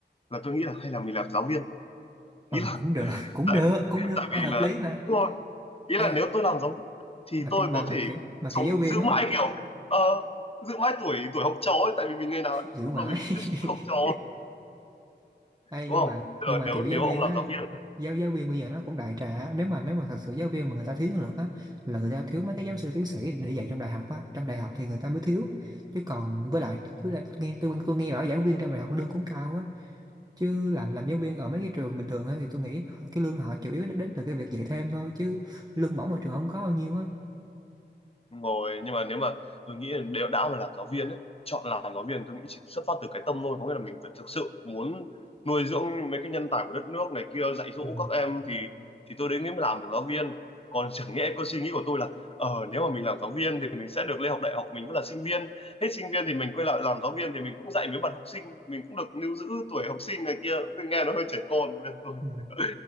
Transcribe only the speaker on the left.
là tôi nghĩ là hay là mình làm giáo viên
ý
là
tại
tại
vì là
đúng
rồi ý
là nếu tôi làm giáo viên thì
tôi
có
thể
sống
giữ
mãi kiểu ờ, giữ mãi tuổi tuổi học trò ấy tại vì mình ngày nào
lúc
nào mình cũng tiếp xúc với học
trò
đúng
không
Bây
giờ
nếu
nếu
ông làm
giáo viên
Đúng rồi nhưng mà nếu mà tôi nghĩ là đều đã mà làm giáo viên ấy chọn làm giáo viên tôi nghĩ chỉ xuất phát từ cái tâm thôi có nghĩa là mình phải thực sự muốn nuôi dưỡng mấy cái nhân tài của đất nước này kia dạy dỗ
các em thì thì tôi đến mới làm được giáo viên còn <laughs> chẳng nhẽ có suy nghĩ của tôi là ờ nếu mà mình làm giáo viên thì mình sẽ được lên học đại học mình vẫn là sinh viên hết sinh viên thì mình quay lại làm giáo viên thì mình cũng dạy mấy bạn học sinh mình cũng được lưu giữ tuổi học sinh này kia tôi nghe nó hơi trẻ con nên tôi
<laughs>